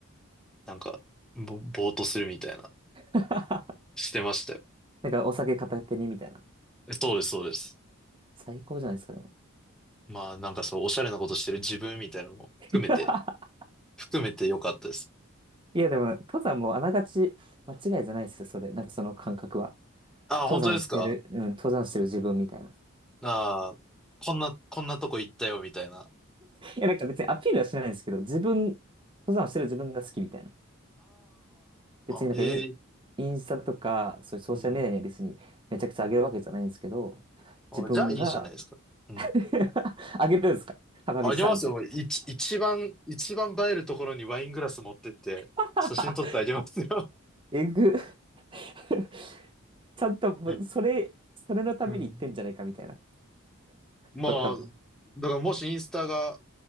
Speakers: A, in the centre; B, on the right.
A: なんか、ぼ、ぼーっとするみたいな、
B: <laughs>
A: してましたよ。
B: なんかお酒片手にみたいな。
A: えそうです、そうです。
B: 最高じゃないですか、でも。
A: まあなんかそう、おしゃれなことしてる自分みたいなのも含めて、
B: <laughs>
A: 含めてよかったです。
B: いや、でも、登山もあながち間違いじゃないですよ、それ。なんかその感覚は。
A: ああ、
B: 登山してる、
A: 本当ですか
B: うん、登山してる自分みたいな。
A: ああー、こんな、こんなとこ行ったよ、みたいな。
B: いや、なんか別にアピールはしないんですけど、自分、登山してる自分が好きみたいな。別になんかイン、
A: ああ、ええ
B: インスタとか、そういうソーシャルメディアに別にめちゃくちゃ上げるわけじゃないんですけど、
A: うん。あ、
B: 自分が
A: じゃあいいじゃないですか。うん
B: <laughs> 上げるんですか花見したみたい
A: あげますよ。一、一番、一番映えるところにワイングラス持ってって、
B: な。
A: 写真撮ってあげますよ。
B: <laughs> えぐ。<laughs> ちゃんともう、
A: <laughs> え
B: それ、それのために言ってんじゃないかみたいな。
A: うん、まあ、
B: わかんない。
A: だからもしインスタが